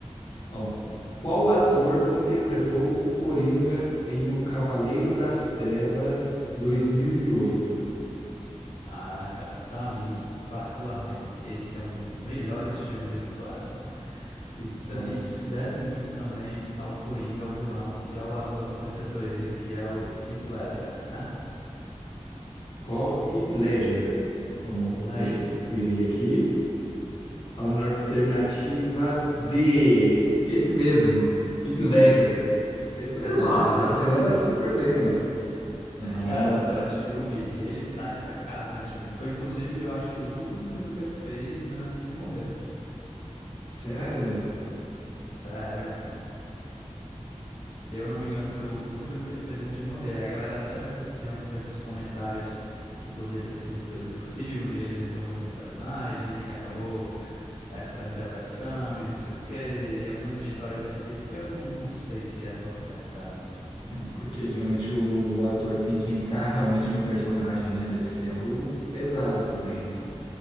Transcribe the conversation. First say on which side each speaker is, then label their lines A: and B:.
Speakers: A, on the left; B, on the left.
A: Ó, qual ator interpretou o Coringa em O Cavaleiro das Trevas 2008?
B: Ah, cara, pra mim, particularmente, esse é um dos melhores filmes do Batman. E ta-
A: Hum,
B: isso se deve muito também ao Coringa, ao vilão e ao ator que interpretou ele, que é o Heath Ledger, né?
A: Qual? Heath Ledger. Vamos,
B: Não
A: deixa
B: é isso?
A: eu conferir aqui. A alternativa D. Esse mesmo, Heath Ledger. Esse mesmo.
B: É.
A: Nossa, você anda
B: <laughs>
A: super bem, mano. Nossa.
B: Cara, eu adoro esse filme e ele tá impecável nesse filme. Foi, inclusive, eu acho que o último filme que ele fez antes de morrer.
A: Sério?
B: Sério. Se eu não me engano, foi o último filme que ele fez antes de morrer. A galera até meio que deu, fez uns comentários que podia ter sido o peso do filme, ele entrou muito no personagem e acabou eh, ficando em depressão e não sei o quê. E algumas histórias desse tipo que eu não, não sei se é tanto verdade, não.
A: É, porque geralmente o ator tem que entrar realmente no personagem, né? Deve ser algo pesado também, né?